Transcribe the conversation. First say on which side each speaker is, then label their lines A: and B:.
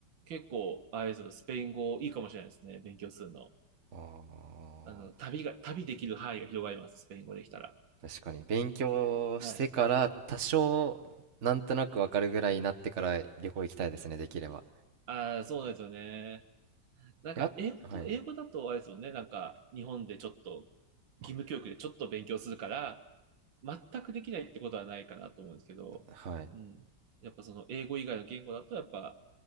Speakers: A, on the right; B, on the right.
A: 結構、あれですよスペイン語いいかもしれないですね。勉強するの。
B: あー
A: あの、旅が、旅できる範囲が広がります。スペイン語できたら。
B: 確かに勉強してから多少なんとなくわかるぐらいになってから旅行行きたいですねできれば
A: はい。ああ、そうなんですよね。なんか、
B: やはい
A: 英語と、英語だとあれですもんね。なんか、日本でちょっと、義務教育でちょっと勉強するから、全くできないってことはないかなと思うんですけど、
B: はい
A: うん。やっぱその英語以外の言語だと、やっぱ、